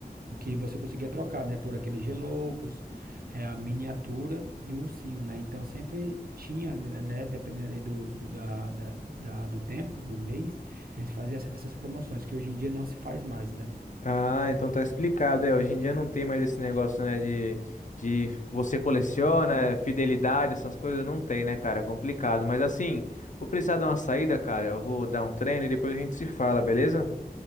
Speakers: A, on the right; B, on the left.
A: o que você conseguia trocar, né? Por aqueles geloucos, eh, a miniatura e o ursinho, né? Então sempre tinha, né? Dependendo aí do, do, da, da, da- do tempo, do mês, eles faziam essa- essas promoções, que hoje em dia não se faz mais, né?
B: Ah, então tá explicado. É, hoje em dia não tem mais esse negócio, né, de, de você coleciona, é, fidelidade, essas coisas não tem, né, cara? É complicado. Mas assim, vou precisar dar uma saída, cara. Eu vou dar um treino e depois a gente se fala, beleza?